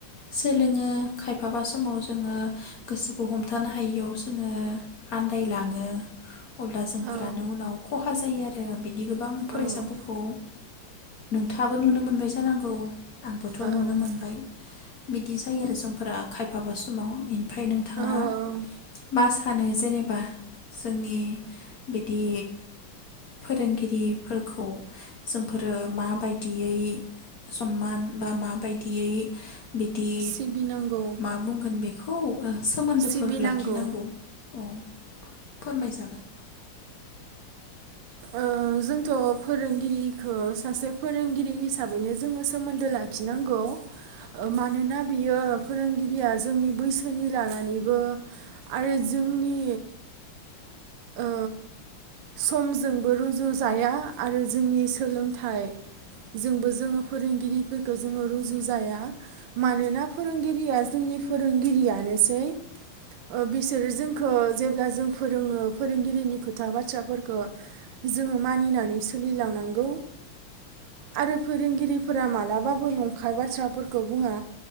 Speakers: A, on the left (about 65°); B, on the right (about 70°).
A: सोलोङो खायफाबा समाव जोङो गोसोखौ हमथानो हायियाव जोङो आन्दायलाङो अब्ला जोंफोरानो
B: औ
A: उनाव खहा जायो आरो बिदि गोबां फरायसाफोरखौ
B: औ
A: नोंथाङाबो नुनो मोनबाय जानांगौ आंबोथ
B: औ
A: नुनो मोनबाय बिदि जायो आरो जोंफोरा खायफाबा समाव ओमफ्राय नोंथाङा
B: औ
A: मा सानो जेनेबा जोंनि बिदि फोरोंगिरिफोरखौ जोंफोरो माबायदियै सनमान बा माबायदियै बिदि
B: सिबिनांगौ
A: मा बुंगोन बे खौ ओ सोमोन्दोफोर
B: सिबिनांगौ
A: लाखिनांगौ औ फोरमायजागोन
B: ओ जोंथ फोरोंगिरिखौ सासे फोरोंगिरि हिसाबैनो जोङो सोमोन्दो लाखिनांगौ मानोना बियो फोरोंगिरिया जोंनि बैसोनि लानानैबो आरो जोंनि ओ समजोंबो रुजुजाया आरो जोंनि सोलोंथाइ जोंबो जोङो फोरोंगिरिफोरखौ जोङो रुजु जाया मानोना फोरोंगिरिया जोंनि फोरोंगिरियानोसै ओ बिसोरो जोंखौ जेब्ला जों फोरोङो फोरोंगिरिनि खोथा बाथ्राफोरखौ जोङो मानिनानै सोलिलांनांगौ आरो फोरोंगिरिफोरा मालाबाबो नंखाय बाथ्राफोरखौ बुङा